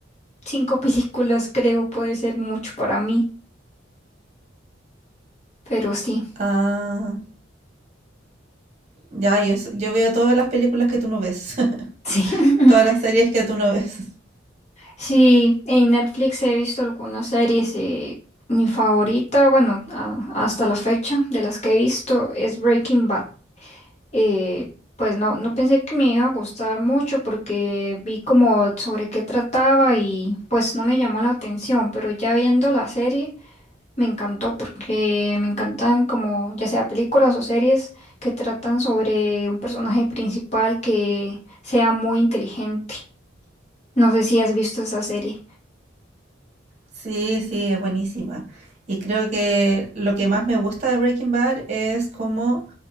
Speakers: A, on the left; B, on the right.
A: cinco <laughs> películas, creo, puede ser mucho para mí, pero sí,
B: Ah, ya, yo, s- yo veo todas las películas que tú no ves. <laughs>
A: sí. <laughs>
B: Todas las series que tú no ves.
A: Sí, en Netflix he visto algunas series. eh, mi favorita, bueno, a- hasta la fecha de las que he visto es Breaking Bad. Eh, pues no, no pensé que me iba a gustar mucho porque vi como sobre qué trataba y pues no me llamó la atención, pero ya viendo la serie me encantó porque me encantan como ya sea películas o series que tratan sobre un personaje principal que sea muy inteligente. No sé si has visto esa serie.
B: Sí, sí, es buenísima. Y creo que lo que más me gusta de Breaking Bad es cómo